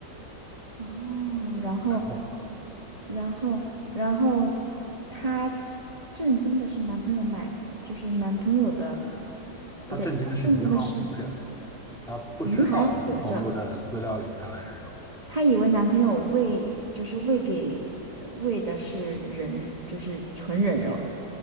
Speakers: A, on the right; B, in the centre.
A: 哦，然后，
B: 然后
A: 然后，然后，她震惊的是男朋友买，就是男朋友的，
B: 她震惊的是鱼还活着，
A: 不对，震惊的是
B: 她不知道男朋友的饲料里掺了人肉。
A: 鱼还活着，她以为男朋友喂，就是喂给喂的是人，就是纯人肉，